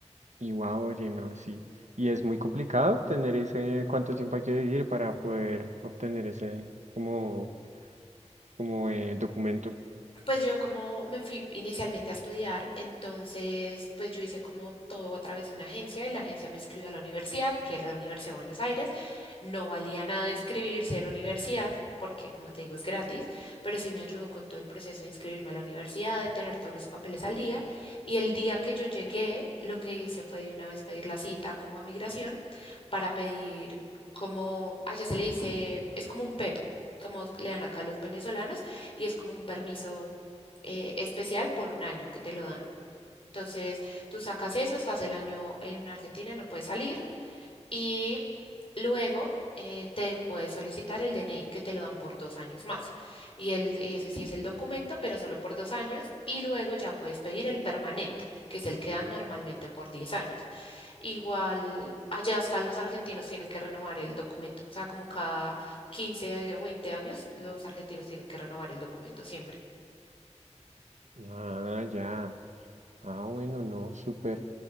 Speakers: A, on the right; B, on the left.
A: y wow, oye, no, sí. Y es muy complicado obtener ese, cuánto tiempo hay que vivir para poder obtener ese como, como eh, documento.
B: Pues yo como me fui inicialmente a estudiar, entonces pues yo hice como todo a través de una agencia y la agencia me inscribió a la universidad, que era la Universidad de Buenos Aires. No valía nada inscribirse a la universidad porque como te digo es gratis, pero sí me ayudó con todo el proceso de inscribirme a la universidad, de tener todos los papeles al día. Y el día que yo llegué, lo que hice fue de una vez pedir la cita como a migración para pedir como, allá se le dice, es como un PEP, como le dan acá a los venezolanos y es como un permiso eh, especial por un año que te lo dan. Entonces, tú sacas eso, estás el año en Argentina, no puedes salir y luego eh, te puedes solicitar el DNI que te lo dan por dos años más. Y, el, y ese sí es el documento, pero solo por dos años y luego ya puedes pedir el permanente, que es el que dan normalmente por 10 años. Igual allá hasta los argentinos tienen que renovar el documento, o sea, como cada 15 o 20 años los argentinos tienen que renovar el documento siempre.
A: Ah, ya. Ah, bueno, no, súper,